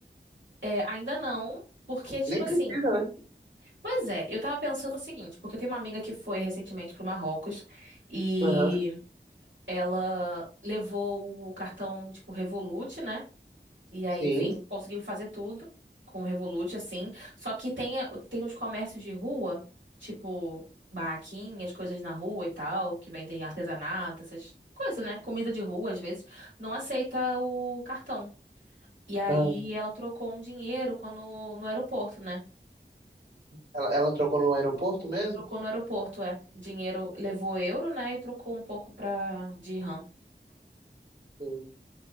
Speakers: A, on the right; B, on the right.
A: é, ainda não, porque, tipo
B: Nem
A: assim.
B: precisa, né?
A: Pois é, eu tava pensando o seguinte, porque eu tenho uma amiga que foi recentemente pro Marrocos e
B: Aham,
A: ela levou o cartão, tipo, Revolut, né? E aí,
B: sim.
A: enfim, conseguiu fazer tudo com o Revolut, assim. Só que tem, a- tem os comércios de rua, tipo barraquinhas, coisas na rua e tal, que vendem artesanato, essas coisas, né? Comida de rua, às vezes, não aceita o cartão. E aí
B: Ah,
A: ela trocou um dinheiro quando, no aeroporto, né?
B: ela, ela trocou no aeroporto mesmo?
A: Trocou no aeroporto, é. Dinheiro levou euro, né? E trocou um pouco pra de RAM.
B: Sim.